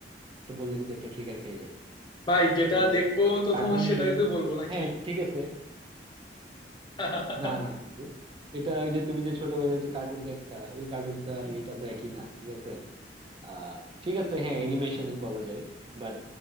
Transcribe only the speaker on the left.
ভাই যেটা
দেখবো তো
তোমার সেটাকে তো বলবো নাকি
<laughs>